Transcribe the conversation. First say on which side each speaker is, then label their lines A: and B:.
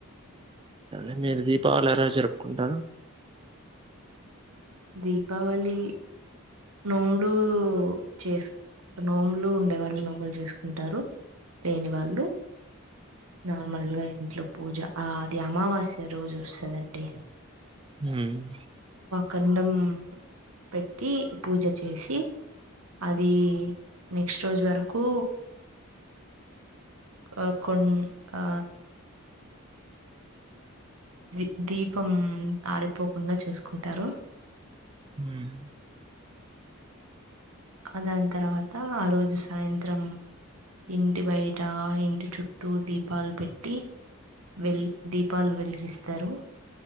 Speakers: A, on the right; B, on the right.
A: అ మీరు దీపావళి ఎలా జరుపుకుంటారు?
B: దీపావళి నోములు చేసు నోములు ఉండే వాళ్ళు నోములు చేసుకుంటారు. లేని వాళ్ళు నార్మల్ గా ఇంట్లో పూజ ఆ అది అమావాస్య రోజు వస్తదండి.
A: హ్మ్
B: కండం పెట్టి పూజ చేసి, అది న నెక్స్ట్ రోజు వరకు ఆ కొన్ ఆ ది దీపం ఆరిపోకుండా చూసుకుంటారు.
A: ఉమ్
B: ఆ దాని తర్వాత ఆ రోజు సాయంత్రం ఇంటి బయట, ఇంటి చుట్టూ దీపాలు పెట్టి వెల్ దీపాలు వెలిగిస్తారు.